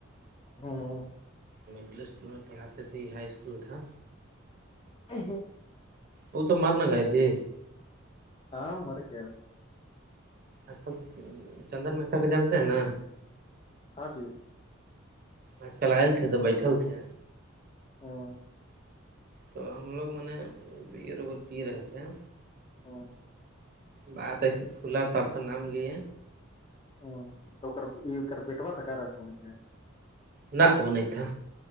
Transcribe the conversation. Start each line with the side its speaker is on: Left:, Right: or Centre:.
Left: تھا ہوں
Right: مڈل اسکول میں پڑھاتے تھے ہی ہائی اسکول تھا
Left: ہ <unintelligible>
Right: وہ تو مارنا گئے تھے
Left: ہاں مرک
Right: اچل چندن مہتا کے جانتے ہیں نا
Left: ہاں جی
Right: آج کل آئےل تھے تو بیٹھل تھے
Left: ہاں <unintelligible>
Right: تو ہم لوگ م یہ روول پی رہے تھے ہیں
Left: ہاں
Right: بات ایسے کھلا تو آپ کا نام لے
Left: ہوں تو یہ بیٹوا تھا کا رجملی میں
Right: ن ا ن تھا